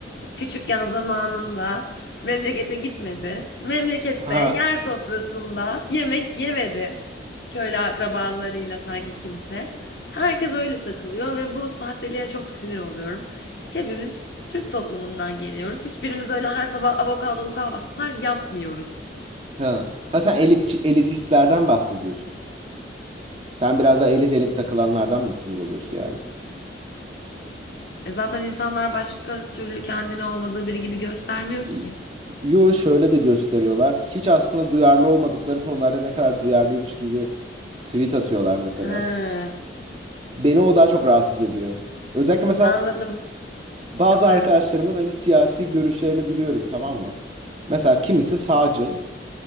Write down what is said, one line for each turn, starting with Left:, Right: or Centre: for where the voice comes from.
Left: Küçükken zamanında memlekete gitmedi. Memlekette
Right: Aha.
Left: yer sofrasında yemek yemedi. Köylü akrabalarıyla sanki kimse. Herkes öyle takılıyor ve bu sahteliğe çok sinir oluyorum. Hepimiz Türk toplumundan geliyoruz. Hiçbirimiz öyle her sabah avokadolu kahvaltılar yapmıyoruz.
Right: Ha. Ha sen elit, elitistlerden bahsediyorsun. Sen biraz daha elit elit takılanlardan mı sinir oluyorsun yani?
Left: E zaten insanlar başka türlü kendini olmadığı biri gibi göstermiyor
Right: Y-
Left: ki.
Right: Yo şöyle de gösteriyorlar. Hiç aslında duyarlı olmadıkları konularda ne kadar duyarlıymış gibi tweet atıyorlar mesela.
Left: Ha,
Right: Beni o daha çok rahatsız ediyor. Özellikle mesela
Left: anladım
Right: bazı
Left: şey olarak.
Right: arkadaşlarımın hani siyasi görüşlerini biliyorum tamam mı? Mesela kimisi sağcı